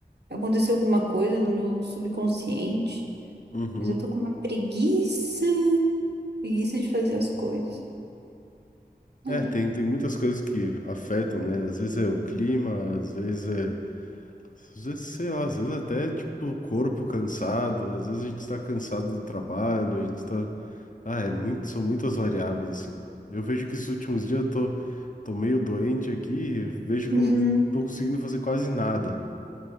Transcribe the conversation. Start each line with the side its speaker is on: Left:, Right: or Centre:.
Right: aconteceu alguma coisa no meu subconsciente,
Left: Uhum.
Right: mas eu tô com uma preguiça, preguiça de fazer as coisas, né?
Left: É, tem, tem muitas coisas que afetam, né? Às vezes é o clima, às vezes é. Às vezes, sei lá, às vezes até tipo o corpo cansado, às vezes a gente tá cansado do trabalho, a gente tá. Ah, é muito, são muitas variáveis, assim. Eu vejo que esses últimos dias eu tô, tô meio doente aqui, vejo que
Right: Uhum,
Left: eu não tô conseguindo fazer quase nada.